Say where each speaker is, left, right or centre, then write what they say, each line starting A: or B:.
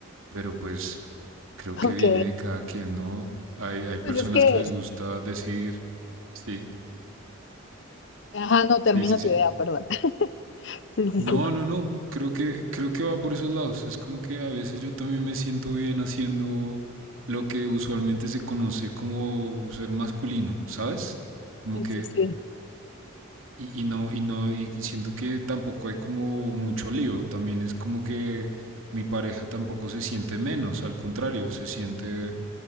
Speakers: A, on the right (about 75°); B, on the left (about 60°).
A: pero pues creo que
B: Ok.
A: viene de cada quien, ¿no? Hay, hay personas
B: Pues es que,
A: que les gusta decir, sí,
B: ajá, no termino
A: sí, sí, sí.
B: tu idea, perdón. <laughs> Sí, sí,
A: No,
B: sí.
A: no, no, creo que, creo que va por esos lados. Es como que a veces yo también me siento bien haciendo lo que usualmente se conoce como ser masculino, ¿sabes? Como
B: Sí,
A: que
B: sí, sí.
A: y, y no, y no, y siento que tampoco hay como mucho lío. También es como que mi pareja tampoco se siente menos, al contrario, se siente